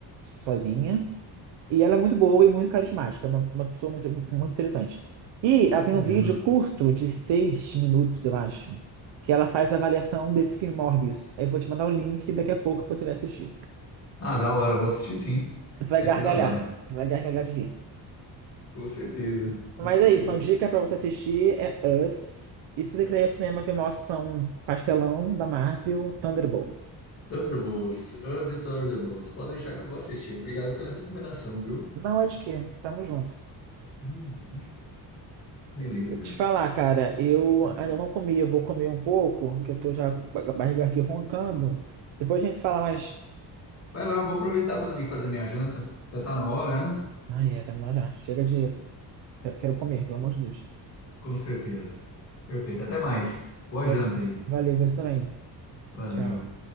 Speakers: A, on the right; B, on the left.
A: sozinha. E ela é muito boa e muito carismática, é uma, uma pessoa muito, muito interessante. E ela tem
B: Legal.
A: um vídeo curto de seis minutos, eu acho, que ela faz a avaliação desse filme Morbius. Eu vou te mandar o link daqui a pouco você vai assistir.
B: Ah, da hora, vou assistir sim.
A: Você vai
B: Vai
A: gargalhar,
B: ser da hora.
A: você vai gargalhar de rir.
B: Com certeza,
A: Mas
B: com certeza.
A: é isso, uma dica pra você assistir é Us. E se você
B: Us.
A: quiser ir ao cinema ver uma ação pastelão da Marvel, Thunderbolts.
B: Thunderbolts, Us e Thunderbolts. Pode deixar que eu vou assistir. Obrigado pela recomendação, viu?
A: Não é de quê? Tamo junto.
B: Uhum. Beleza.
A: Te falar, cara, eu
B: Hum.
A: ainda não comi, eu vou comer um pouco, que eu tô já com a barriga aqui roncando. Depois a gente fala mais.
B: Vai lá, vou aproveitar também e fazer minha janta. Já tá na hora, né?
A: Ah é, tá indo lá já. Chega de. Eu quero comer, pelo amor de Deus.
B: Com certeza. Perfeito. Até mais. Boa
A: Tchau,
B: janta
A: tchau.
B: aí.
A: Valeu, você também.
B: Valeu.
A: Tchau.